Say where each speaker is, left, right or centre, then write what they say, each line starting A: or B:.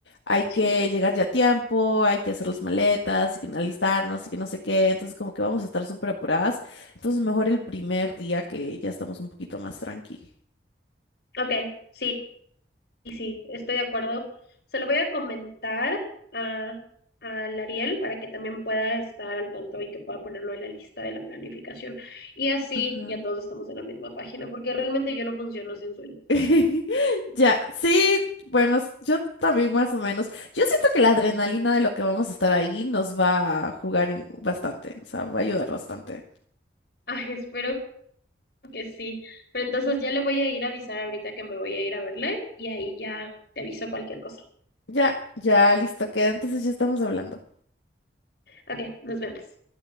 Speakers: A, on the left (about 80°); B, on the left (about 60°).
A: hay que
B: Sí,
A: llegar ya a tiempo, hay que hacer las maletas y que alistarnos y que no sé qué. Entonces, como que vamos a estar súper apuradas. Entonces, mejor el primer día que ya estamos un poquito más tranqui.
B: ok, sí. Y sí, estoy de acuerdo. Se lo voy a comentar a, al Ariel para que también pueda estar al tanto y que pueda ponerlo en la lista de la planificación. Y así
A: Ajá.
B: ya todos estamos en la misma página, porque realmente yo no funciono sin sueño.
A: <laughs> Ya, sí, bueno, s- yo también más o menos. Yo siento que la adrenalina de lo que vamos a estar ahí nos va a jugar en- bastante, o sea, va a ayudar bastante.
B: <laughs> Ay, espero que sí. Pero entonces ya le voy a ir a avisar ahorita que me voy a ir a verle y ahí ya te aviso cualquier cosa.
A: Ya, ya, listo, queda. Entonces ya estamos hablando.
B: Ok, nos vemos.